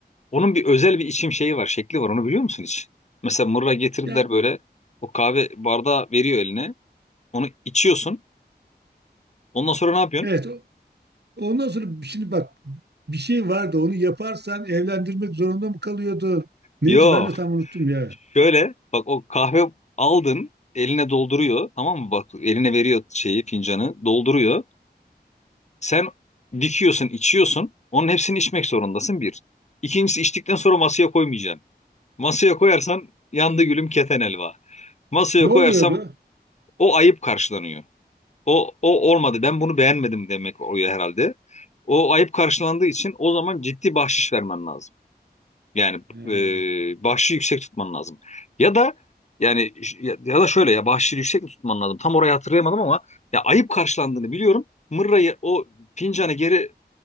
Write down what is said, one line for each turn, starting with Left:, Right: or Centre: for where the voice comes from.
Left: Onun bir özel bir içim şeyi var, şekli var. Onu biliyor musun hiç? Mesela mırra getirdiler
Right: Ya
Left: böyle. O kahve bardağı veriyor eline. Onu içiyorsun. Ondan sonra ne yapıyorsun?
Right: evet o- ondan sonra şimdi bak bir şey vardı onu yaparsan evlendirmek zorunda mı kalıyordun? Neydi
Left: Yo
Right: ben de tam unuttum ya.
Left: Şöyle bak o kahve aldın eline dolduruyor tamam mı bak eline veriyor şeyi fincanı dolduruyor. Sen dikiyorsun içiyorsun onun hepsini içmek zorundasın bir. İkincisi içtikten sonra masaya koymayacaksın. Masaya koyarsan yandı gülüm keten elva. Masaya
Right: Ne
Left: koyarsam
Right: oluyordu?
Left: o ayıp karşılanıyor. O, o olmadı ben bunu beğenmedim demek oluyor herhalde. O ayıp karşılandığı için o zaman ciddi bahşiş vermen lazım. Yani
Right: Ha.
Left: e, bahşişi yüksek tutman lazım. Ya da yani ya, ya da şöyle ya bahşişi yüksek mi tutman lazım? Tam orayı hatırlayamadım ama ya ayıp karşılandığını biliyorum. Mırrayı o fincanı geri